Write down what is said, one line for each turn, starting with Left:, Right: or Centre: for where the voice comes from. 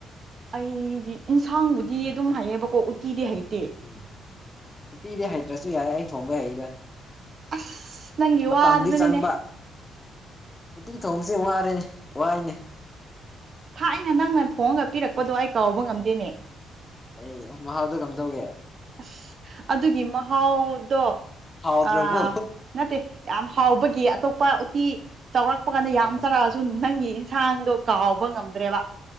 Right: ꯑꯩꯗꯤ ꯏꯟꯁꯥꯡꯕꯨꯗꯤ ꯑꯗꯨꯝ ꯍꯩꯌꯦꯕꯀꯣ ꯎꯇꯤꯗꯤ ꯍꯩꯇꯦ
Left: ꯎꯝ ꯎꯇꯤꯗꯤ ꯍꯩꯇ꯭ꯔꯁꯨ ꯌꯥꯏ ꯑꯩ ꯊꯣꯡꯕ ꯍꯩꯗ
Right: ꯑꯁ ꯅꯪꯒꯤ
Left: ꯃꯇꯝꯗꯤ
Right: ꯋꯥꯗꯨꯗꯅꯤꯅꯦ
Left: ꯆꯪꯕ ꯎꯇꯤꯀꯤ ꯊꯧꯝꯁꯦ ꯋꯥꯔꯦꯅꯦ ꯋꯥꯏꯅꯦ
Right: ꯊꯥꯏꯅ ꯅꯪꯅ ꯊꯣꯡꯉꯒ ꯄꯤꯔꯛꯄꯗꯣ ꯑꯩ ꯀꯥꯎꯕ ꯉꯝꯗꯦꯅꯦ
Left: ꯑꯦ ꯃꯍꯥꯎꯗ ꯀꯝ ꯇꯧꯒꯦ
Right: ꯑꯁ ꯑꯗꯨꯒꯤ ꯃꯥ ꯍꯥꯎꯗꯣ
Left: ꯍꯥꯎꯗ꯭ꯔꯕꯣ
Right: ꯑ ꯅꯠꯇꯦ ꯌꯥꯝ ꯍꯥꯎꯕꯒꯤ ꯑꯇꯣꯞꯄ ꯎꯄꯥ ꯎꯇꯤ ꯆꯥꯎꯔꯛꯄ ꯀꯥꯟꯗ ꯌꯥꯝ
Left: ꯑꯥ
Right: ꯆꯔꯛꯑꯁꯨ ꯅꯪꯒꯤ ꯏꯟꯁꯥꯡꯗꯣ ꯀꯥꯎꯕ ꯉꯝꯗ꯭ꯔꯦꯕ